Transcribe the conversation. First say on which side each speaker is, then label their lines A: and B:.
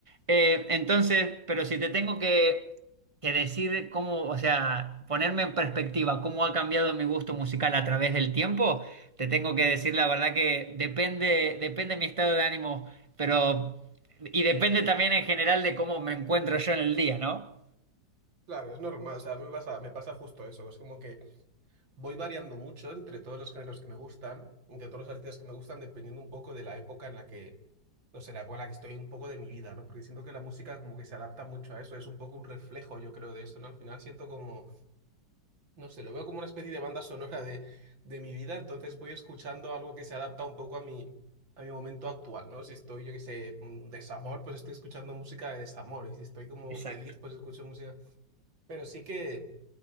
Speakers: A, on the right; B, on the right.
A: Eh, entonces, pero si te tengo que que decide cómo, o sea, ponerme en perspectiva cómo ha cambiado mi gusto musical a través del tiempo, te tengo que decir la verdad que depende, depende mi estado de ánimo, pero y depende también en general de cómo me encuentro yo en el día, ¿no?
B: Claro, es normal, o sea, a mí me pasa, me pasa justo eso, es como que Voy variando mucho entre todos los géneros que me gustan, entre todos los artistas que me gustan, dependiendo un poco de la época en la que, no sé, la época en la que estoy un poco de mi vida, ¿no? Porque siento que la música como que se adapta mucho a eso, es un poco un reflejo, yo creo, de eso, ¿no? Al final siento como, no sé, lo veo como una especie de banda sonora de, de mi vida, entonces voy escuchando algo que se adapta un poco a mi, a mi momento actual, ¿no? Si estoy, yo qué sé, mm, desamor, pues estoy escuchando música de desamor, y si estoy como
A: Exacto.
B: feliz, pues escucho música. Pero sí que...